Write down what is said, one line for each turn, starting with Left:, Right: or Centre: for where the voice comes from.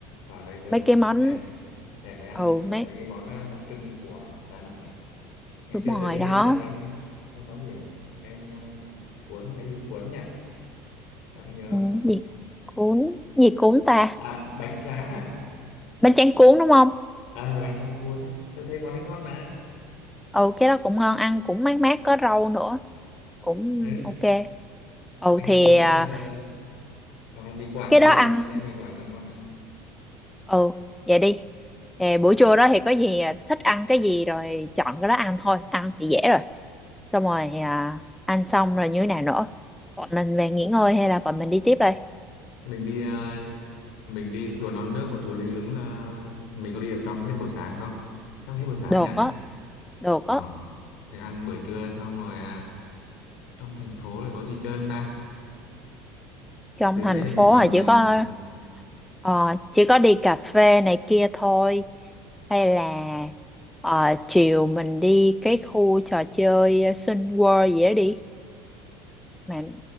Left: vào đây tớ
Centre: Mấy
Left: vẫn
Centre: cái món
Left: thèm thèm mấy ăn
Centre: ừ mấy
Left: mấy cái món ờ, đặc trưng của Đà Nẵng ấy. ngày
Centre: đúng
Left: xưa
Centre: rồi
Left: tớ đi
Centre: đó.
Left: á, tớ ăn ăn cái món gì à nem ờ, cuốn là cái gì cuốn nhỉ bạn có nhớ
Centre: Ừ,
Left: không
Centre: gì cuốn, gì cuốn ta?
Left: à bánh tráng à
Centre: Bánh tráng cuốn đúng không?
Left: à bánh tráng cuốn ấy tao thấy món ấy ngon mà
Centre: Ừ cái đó cũng ngon ăn cũng mát mát có rau nữa, cũng
Left: ừ.
Centre: ok. Ừ
Left: bánh
Centre: thì
Left: cuốn
Centre: ờ,
Left: hoặc là, hoặc là mì Quảng
Centre: cái
Left: cũng
Centre: đó
Left: được
Centre: ăn
Left: tao thấy mì Quảng ăn ngon mà
Centre: ừ vậy đi Nè, buổi trưa đó thì có gì à, thích ăn cái gì rồi chọn cái đó ăn thôi ăn thì dễ rồi xong rồi à, ăn xong rồi như thế nào nữa bọn mình về nghỉ ngơi hay là bọn mình đi tiếp đây
Left: mình đi à, mình đi chùa Non Nước và chùa Linh Ứng là mình có đi được trong hết buổi sáng không chắc là hết buổi sáng
Centre: được
Left: nhỉ
Centre: á được
Left: ờ
Centre: á
Left: thì ăn buổi trưa xong rồi à, trong thành phố thì có gì chơi không ta
Centre: trong
Left: từ
Centre: thành
Left: nãy giờ
Centre: phố
Left: mình toàn
Centre: là chỉ có
Left: ừ, ừ,
Centre: ờ, chỉ có đi cà phê này kia thôi hay là ờ, chiều mình đi cái khu trò chơi Sun World gì đó đi mà